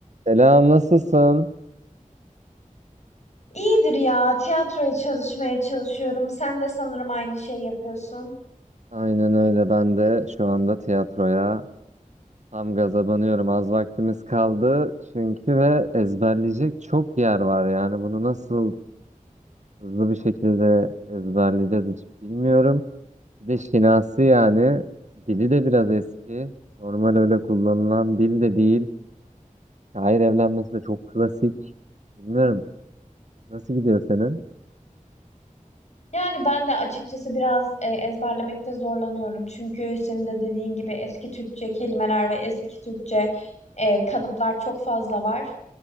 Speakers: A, on the right; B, on the left.
A: Selam, nasılsın?
B: İyidir ya. Tiyatroya çalışmaya çalışıyorum. Sen de sanırım aynı şeyi yapıyorsun.
A: Aynen öyle. Ben de şu anda tiyatroya tam gaza banıyorum. Az vaktimiz kaldı çünkü ve ezberleyecek çok yer var. Yani bunu nasıl hızlı bir şekilde ezberleyeceğiz hiç bilmiyorum. Bir de şinasi yani dili de biraz eski. Normal öyle kullanılan dil de değil. Şair evlenmesi de çok klasik. Bilmiyorum. Nasıl gidiyor senin?
B: Yani ben de açıkçası biraz e, ezberlemekte zorlanıyorum. Çünkü senin de dediğin gibi eski Türkçe kelimeler ve eski Türkçe e, kalıplar çok fazla var.